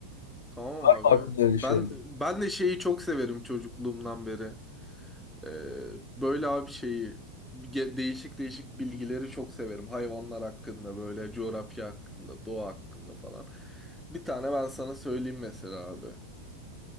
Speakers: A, in the centre; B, on the left.
A: Tamam
B: Var
A: abi.
B: mı aklında öyle
A: Ben
B: şeyler?
A: ben de şeyi çok severim çocukluğumdan beri. Ee, böyle abi şeyi ge- değişik değişik bilgileri çok severim. Hayvanlar hakkında böyle coğrafya hakkında, doğa hakkında falan. Bir tane ben sana söyleyeyim mesela abi.